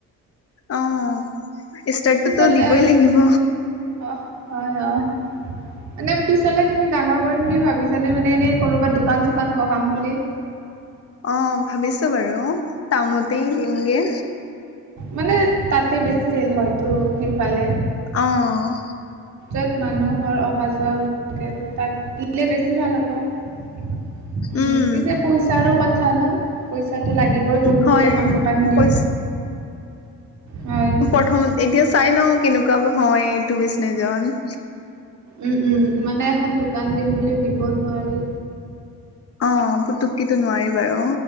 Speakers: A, on the left (about 50°); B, on the right (about 70°).
A: অ', ষ্টাৰ্টটোতো
B: পিছল
A: দিবই
B: এ
A: লাগিব।
B: অ', হয়, হয় মানে পিছালে তুমি ডাঙৰ কৰিম বুলি ভাবিছানে মানে এনে কৰবাত দোকান চোকান বহাম বুলি
A: অ', ভাবিছো বাৰু টাউনতেই দিমগে।
B: মানে তাতে বেছিছিল হয়তো সেইফালে।
A: অ'।
B: তাত মানুহৰ অহা শ-যোৱা হৈ থাকে। তাত দি লে বেছি ভাল হ'ব। উম।
A: উম
B: পিছে পইচাৰো কথা কথা ন? পইচাটো লাগিবই বহুত
A: হয়
B: এখন দোকান দিম।
A: কৈছ
B: হয়
A: প্ৰথমত এতিয়া চাই লওঁ কেনেকুৱা হয় এইটো বিচনেজন
B: উম, উম। মানে এখন দোকান দিম বুলিও দিব নোৱাৰি।
A: অ', পুটুকেতো নোৱাৰি বাৰু।